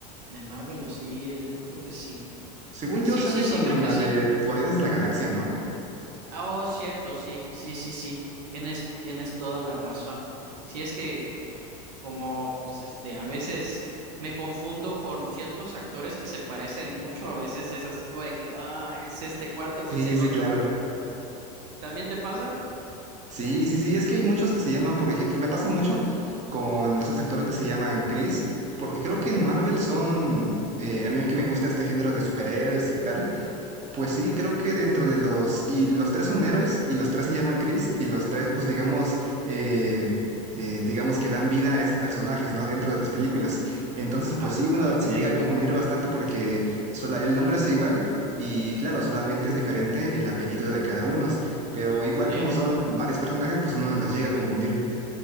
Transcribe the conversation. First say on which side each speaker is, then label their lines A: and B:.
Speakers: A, on the right; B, on the right.
A: de Marvel, o sí, eh, creo que sí.
B: Según
A: Sí,
B: yo, sale
A: sí, sí,
B: como
A: creo
B: en
A: que
B: la
A: sí.
B: de Guardianes de la Galaxia, ¿no?
A: Ah, Oh, cierto, sí, sí, sí, sí. Tienes, tienes toda la razón. Sí, es que como, pues, este, a veces me confundo con ciertos actores que se parecen mucho, a veces es así como de que, ah, es este cuate o
B: Sí,
A: es el
B: sí,
A: otro,
B: claro.
A: pero ¿también te pasa?
B: Sí, sí, sí, es que hay muchos que se llaman, por ejemplo, me pasa mucho con esos actores que se llaman Chris, porque creo que en Marvel son, eh, a mí que me gusta este género de superhéroes y tal, Pues sí, creo que dentro de los... Y los tres son héroes y los tres se llaman Chris y los tres, pues digamos, eh, eh, digamos que dan vida a esos personajes, ¿no? Dentro de las películas. Entonces,
A: Ajá,
B: pues sí, uno se llega a confundir bastante porque sola- el nombre es igual y claro, solamente es diferente el apellido de cada uno. Pero igual
A: sí.
B: como son varios personajes, pues uno las llega a confundir.